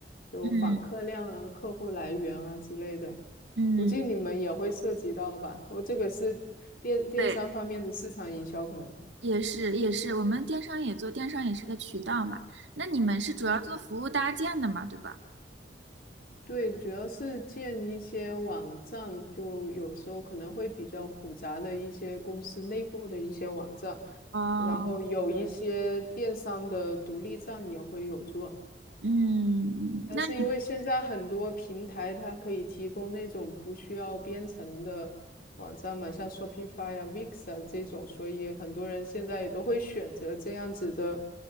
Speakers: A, on the left; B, on the right.
A: 就访客量啊、
B: 嗯
A: 客户来源啊之类的。
B: 嗯，
A: 估计你们也会涉及到吧？我这个是电电商方面的市场营销可能。
B: 对，也是也是，我们电商也做，电商也是个渠道嘛。那你们是主要做服务搭建的嘛，
A: 嗯
B: 对吧？
A: 对，主要是建一些网站，就有时候可能会比较复杂的一些公司内部的一些网站，
B: 哦，
A: 然后有一些电商的独立站也会有做。
B: 嗯，
A: 但是因为现在很多平台它可以提供那种不需要编程的网站嘛，
B: 那你
A: 像 Shopify 啊、Wix 啊这种，所以很多人现在也都会选择这样子的